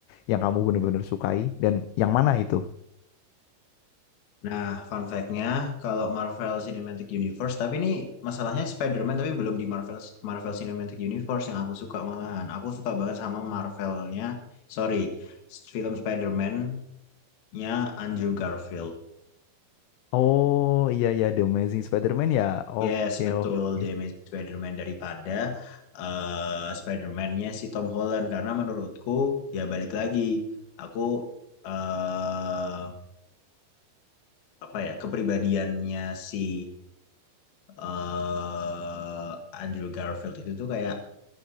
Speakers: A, on the left; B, on the left.
A: yang kamu bener-bener sukai dan yang mana itu?
B: Nah, fun fact-nya, kalau Marvel Cinematic Universe, tapi ini masalahnya Spider-Man tapi belum di Marvel Marvel Cinematic Universe yang aku suka malahan. Aku suka banget sama Marvel-nya, sorry, film Spider-Man-nya Andrew Garfield.
A: Oh iya iya The Amazing Spider-Man ya. Oke
B: Yes, betul
A: oke.
B: The Amazing Spider-Man daripada eh, Spider-Man-nya si Tom Holland karena menurutku ya balik lagi aku eh apa ya kepribadiannya si eh Andrew Garfield itu tuh kayak